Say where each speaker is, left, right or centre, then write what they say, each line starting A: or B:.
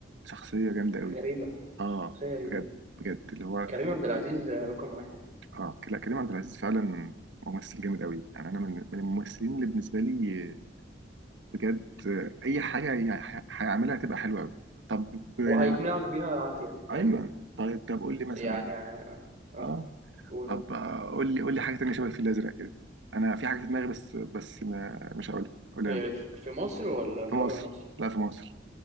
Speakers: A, on the right (about 80°); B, on the right (about 40°).
A: شخصية جامدة قوي
B: غريبة
A: اه
B: شخصية غريبة
A: بجد بجد اللي هو
B: كريم عبد العزيز رقم واحد
A: اه لا كريم عبد العزيز فعلا ممثل جامد قوي يعني انا من من الممثلين اللي بالنسبة لي بجد آه، اي حاجة يعني هيعملها تبقى حلوة قوي طب آه،
B: وهيقنعك بيها عافية فاهم
A: ايوه طيب طب قول لي مثلا
B: يعني اه آه.
A: اه
B: قول.
A: طب آه، قول لي قول لي حاجه تانية شبه الفيل الازرق كده انا في حاجه في دماغي بس بس ما مش هقولها قولها
B: في
A: انت
B: في في مصر ولا بره
A: في مصر
B: مصر
A: لا في مصر